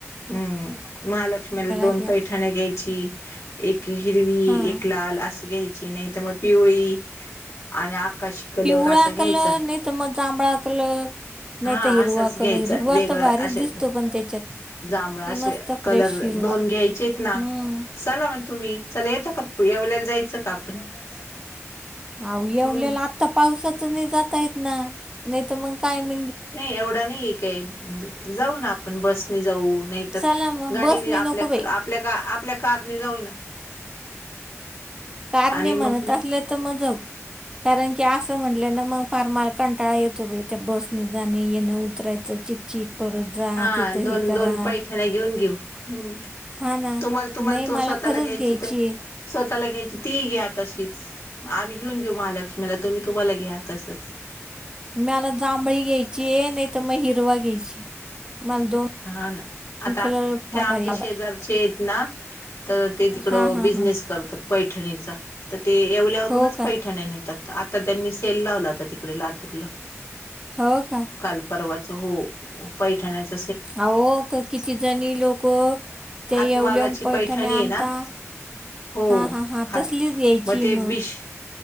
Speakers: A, on the left; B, on the right.
A: हम्म, महालक्ष्म्याला दोन
B: अशा
A: पैठ थान घ्यायची. एक हिरवी
B: हा.
A: एक लाल असं घ्याय ची नाही त मग पिवळी आणि आकाशी कलर
B: पिवळा
A: असा घ्यायचा.
B: कलर नाही तर मग जांभळा कलर नाही
A: हा
B: तर हिरवा
A: असंच
B: कलर
A: घ्यायचं
B: हिरवा
A: वेगळं
B: तर भारीच
A: असे.
B: दिसतो पण त्याच्यात
A: जांभळ असे
B: मस्त फ्रेश
A: कलर
B: हिरवा
A: दोन घ्यायचे आहेत ना
B: हम्म
A: चला मग तुम्ही. चला येतं का येवल्यायला जायचं का आपण
B: जायचं अव येवलेला
A: हम्म
B: आत्ता पावसाच नाही जात येत ना, नाही तर मग काय म
A: नाही एवढा नाही ए काय, जाऊ ना आपण बसनी जाऊ नाही,,
B: चला मग
A: गाडीने
B: बसने
A: आपल्या
B: नको बाई
A: आपल्या आपल्या कारने जाऊ ना
B: कारणे
A: आणि मग
B: म्हणत असले तर म जाऊ. कारण की असं म्हटलं ना मग फार मला कंटाळा येतो बाहि त्या बसने जाणं येणं उतरायचं चिक. चीख परत जा
A: हा
B: तिथं
A: दोन
B: हे करा
A: दोन पैठण्या घेऊन घेऊ, हम्
B: हा ना
A: तुम्हाला तुम्हाला
B: नाही
A: तो
B: मला
A: स्वतःला
B: खरंच
A: घ्यायची तर
B: आहे
A: स्वतःला घ्यायची ती घ्या तशीच आम्ही घेऊन घेऊ महालक्ष्मीला तुम्ही तुम्हाला घ्या तसंच-
B: मला जांभळी घ्यायची नाही तर मग हिरवा घ्यायची मला दोन
A: हा ना आता
B: कलर फार
A: ते आमच्या
B: भारी आवडतात
A: शेजारचे आहेत ना तर ते तिकडं
B: हां हां
A: बिझनेस
B: हां
A: करतात पैठणीचा तर ते एवल्यावरूनच
B: हो का
A: पैठण नेतात आता त्यांनी सेल लावला होता तिकडे लातूरला
B: हो का
A: कालपर्वाच हो पैठण्याच
B: अहो, किती जणी लोक ते
A: हातमागाची
B: येवलऊन पैठणी
A: आहे
B: आणता
A: ना हो
B: हा, हा, हा
A: हात
B: तसलीच घ्यायची
A: ते
B: मग
A: बिश